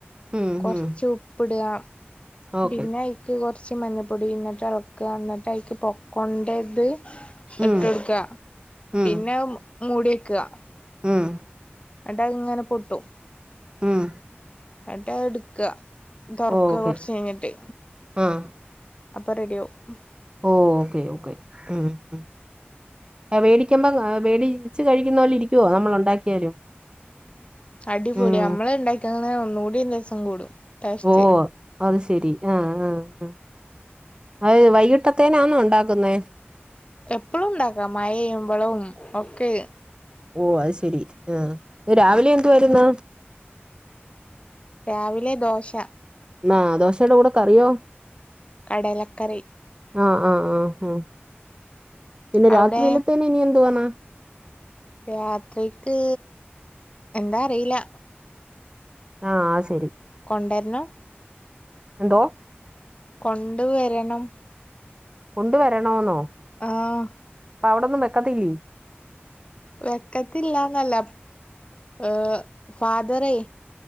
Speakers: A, on the right; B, on the left.
A: ഉം
B: കൊർച്ച്
A: ഉം.
B: ഉപ്പ്ടാ
A: ഓക്കെ
B: പിന്നയ് ക്ക് കൊർച്ച് മഞ്ഞപ്പൊടി എന്നിട്ട് എൾക്കാ എന്നിട്ട് അതിക്ക് പൊപ്കോൺന്റത് ഇട്ടൊട്ക്കാ
A: ഉം ഉം
B: പിന്നെ അത്‌ മൂടി വെക്കാ
A: ഉം
B: ന്നിട്ടത്ങ്ങനെ പൊട്ടും
A: ഉം
B: ന്നിട്ടത് ഇട്ക്കാ തൊർക്കാ
A: ഓക്കെ
B: കൊർച്ചയ്ഞ്ഞിട്ട്
A: ആഹ്
B: അപ്പൊ റെഡിയാവും
A: ഓ ഓക്കെ ഓക്കെ ഉം ഉം എ വേടിക്കുമ്പോം വേടിച്ച് കഴിക്കുന്ന പോലെ ഇരിക്കുവോ നമ്മള് ഉണ്ടാക്കിയാലും
B: അടിപൊളിയാ
A: ഉം
B: നമ്മള് ഉണ്ടാക്ക ക്കാണേ ഒന്നുംക്കൂടി രസം കൂടും ടേസ്റ്റ്
A: ഓ ഓ അത് ശെരി ആഹ് ആഹ് അഹ് വൈകിട്ടത്തേനന്ന ഉണ്ടാക്കുന്നേ
B: എപ്പളുംണ്ടാക്ക മഴപെയ്യുമ്പളും ഓക്കെ
A: ഓ അത് ശെരി ആ രാവിലെ എന്ത് വായിരുന്ന
B: രാവിലെ ദോശ
A: എന്ന ദോശയുടെ കൂടെ കറിയോ
B: കടലക്കറി
A: ആഹ് ആഹ് ആഹ് ആഹ് പിന്നെ
B: അവിടെ
A: രാത്രിയിലത്തേനെ ഇനി എന്തു വേണാ
B: യാത്രക്ക് എന്താ അറിയില്ല
A: ആഹ് ആ ശരി
B: കൊണ്ടെരണം
A: എന്തോ
B: കൊണ്ടുവരണം
A: കൊണ്ടുവരണോെന്നോ
B: ആഹ്
A: അപ്പ അവിടൊന്നും വെക്കത്തില്ലെ
B: വെക്കത്തില്ലാന്നല്ല ഏഹ് ഫാദറെ